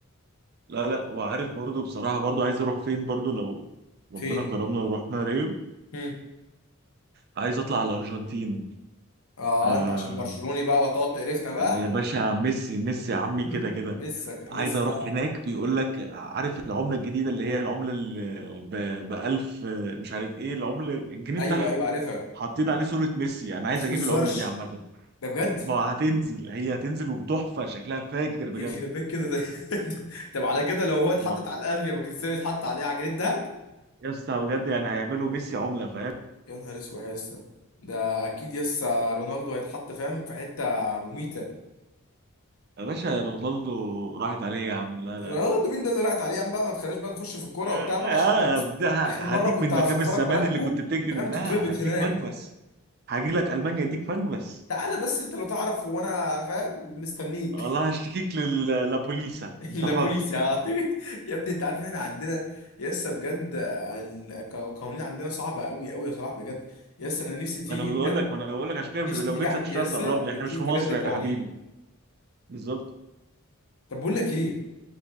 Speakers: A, on the right (about 45°); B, on the left (about 80°).
A: لا لا وعارف برضو بصراحة برضو عايز اروح فين برضو لو ربنا
B: فين؟
A: كرمنا ورحنا ريو
B: هم.
A: عايز اطلع على الارجنتين
B: اه
A: آه
B: انت عشان برشلوني بقى وهتقعد تقرفنا بقى
A: يا باشا ميسي ميسي يا عمي
B: مم.
A: كده كده
B: مسك مس
A: عايز اروح
B: يا
A: هناك بيقول لك عارف العملة الجديدة اللي هي العملة اللي ب 1000 مش عارف ايه العملة الجنيه
B: ايوه
A: بتاعهم
B: ايوه عارفها
A: حاطين عليه صورة ميسي انا عايز
B: ما تهزرش
A: اجيب العملة دي عامة
B: ده بجد
A: ما هتنزل هي هتنزل وبتحفة شكلها فاجر بجد
B: يخرب بيت كده ده <laughs> طب على كده لو هو اتحطت
A: و-
B: على القلب يبقى كريستيانو يتحط عليه عجينة دهب
A: يا اسطى بجد يعني هيعملوا ميسي عملة فاهم
B: يا نهار اسود يا اسطى ده اكيد يسا رونالدو هيتحط فاهم في حتة مميتة
A: يا باشا رونالدو راحت عليه يا عم لا
B: رونالدو
A: لا لا
B: مين ده اللي راحت عليه يا عم بقى ما تخليناش بقى نخش في الكورة
A: آه،
B: وبتاع بقى عشان
A: انا
B: انت بس
A: ده ه-
B: اخر مرة
A: هديك
B: كنت
A: من
B: هسفرك
A: مكان الزمان
B: بلدكو
A: اللي كنت بتجري
B: فاهم
A: منها
B: تتربط
A: هديك
B: هناك
A: مكبس هاجي لك المانيا اديك مكبس
B: تعالى بس انت لو تعرف وانا فاهم مستنيك
A: والله هشتكيك للبوليسا
B: <laughs>
A: انت
B: لا
A: حر
B: بوليس يا <laughs> يا ابني انت عارف ان احنا عندنا يسا بجد القوانين عندنا صعبة قوي قوي يا صلاح بجد يس انا نفسي تيجي
A: ما انا بقول لك ما انا بقول لك عشان كده مش...
B: نفسي
A: لو
B: تيجي
A: جيت
B: عندي
A: لك مش هتعرف
B: يسا
A: تقرب
B: وتشوف
A: لي احنا مش في
B: بجد
A: مصر
B: القوانين
A: يا حبيبي بالظبط
B: طب بقول لك ايه